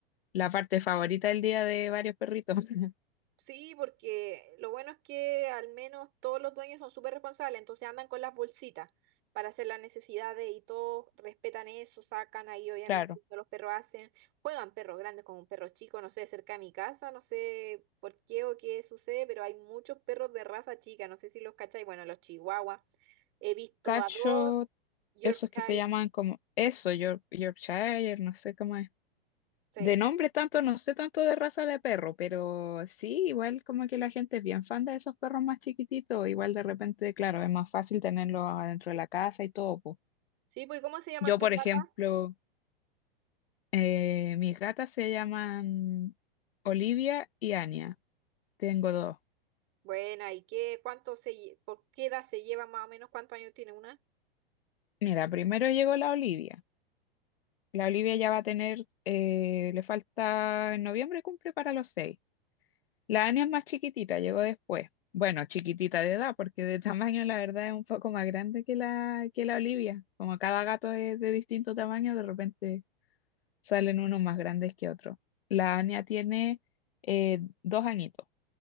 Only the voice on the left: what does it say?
la parte favorita del día de varios perritos. <laughs>
Claro.
Cacho
esos que se llaman como eso, York- Yorkshire, no sé cómo es.
De nombre tanto, no sé tanto de raza de perro, pero sí, igual como que la gente es bien fan de esos perros más chiquititos, igual de repente, claro, es más fácil tenerlos adentro de la casa y todo, po.
Yo,
por
ejemplo, eh, mis gatas se llaman Olivia y Anya. Tengo dos.
Mira, primero llegó la Olivia. La Olivia ya va a tener, eh, le falta, en noviembre cumple para los seis. La Ania es más chiquitita, llegó después. Bueno, chiquitita de edad, porque de tamaño la verdad es un poco más grande que la, que la Olivia. Como cada gato es de distinto tamaño, de repente salen unos más grandes que otros. La Ania tiene eh, dos añitos.